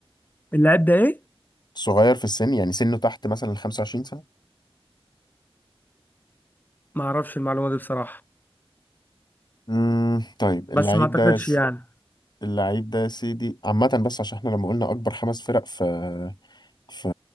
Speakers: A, on the left; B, on the left.
A: اللاعب ده ايه
B: صغير في السن يعني سنه تحت مثلا ال 25 سنة
A: ما اعرفش المعلومه دي بصراحه
B: مم. طيب اللعيب
A: بس ما اعتقدش
B: ده يا س...
A: يعني
B: اللعيب ده يا سيدي عامة بس عشان احنا لما قلنا أكبر خمس فرق في في